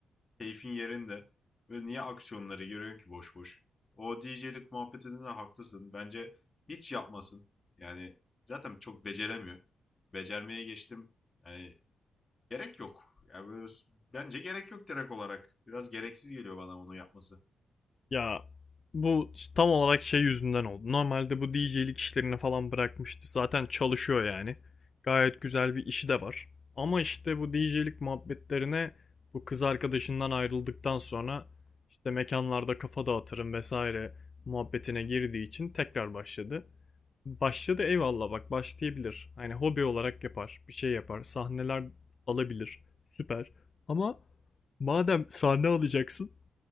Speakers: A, on the left (about 30°); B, on the left (about 45°).
A: Keyfin yerinde. Ve niye aksiyonlara giriyorsun ki boş boş? O DJ'lik muhabbetinde de haklısın. Bence hiç yapmasın. Yani zaten çok beceremiyor. Becermeye geçtim. Yani gerek yok. Yani böyle, bence gerek yok direkt olarak. Biraz gereksiz geliyor bana onu yapması.
B: Ya bu işte tam olarak şey yüzünden oldu. Normalde bu DJ'lik işlerini falan bırakmıştı. Zaten çalışıyor yani. Gayet güzel bir işi de var. Ama işte bu DJ'lik muhabbetlerine bu kız arkadaşından ayrıldıktan sonra işte mekanlarda kafa dağıtırım vesaire muhabbetine girdiği için tekrar başladı. Başladı eyvallah bak başlayabilir. Hani hobi olarak yapar, bir şey yapar, sahneler alabilir. Süper. Ama madem sahne alacaksın